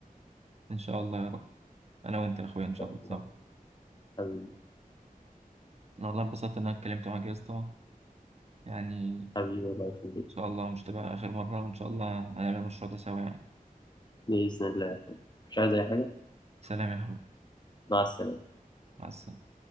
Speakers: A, on the right; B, on the left.
A: ان شاء الله يا رب انا وانت يا اخويا
B: إن
A: ان شاء
B: شاء
A: الله تمام
B: الله. حبيبي
A: انا والله اتبسطت ان انا اتكلمت معاك يا اسطى يعني إن
B: حبيبي الله يخليك
A: شاء الله مش تبقى آخر مرة وإن شاء الله هنعمل المشروع ده سوا يعني
B: بإذن الله يا أخوي. مش عايز أي حاجة
A: سلام يا حبيبي
B: مع السلامة
A: مع السلامة